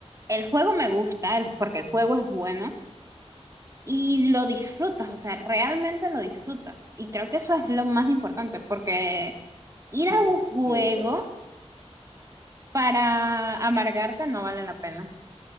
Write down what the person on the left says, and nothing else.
Sí,
sí, es verdad.